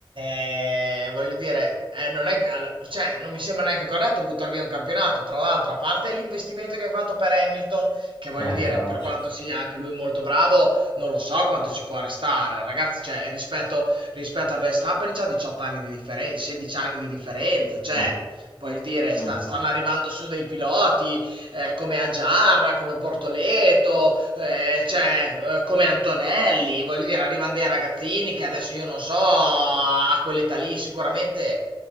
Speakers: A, on the right; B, on the left.
A: eh, voglio dire, eh, non è che, all- cioè, non mi sembra neanche corretto buttare via un campionato, tra l'altro, a parte l'investimento che hai fatto per Hamilton, che voglio
B: Eh,
A: dire,
B: tra l'altro.
A: per quanto sia anche lui molto bravo, non lo so quanto ci può restare, ragazzi, cioè, rispetto, rispetto a Verstappen c'ha 18 anni di differenza, 16 anni di differenza, cioè...
B: Eh,
A: Voglio dire,
B: eh,
A: sta-
B: infatti,
A: stanno arrivando su dei piloti, eh, come Agiarra, come Bortoleto, eh, cioè, eh, come Antonelli, voglio dire, arrivano dei ragazzini che adesso io non so, a quell'età lì sicuramente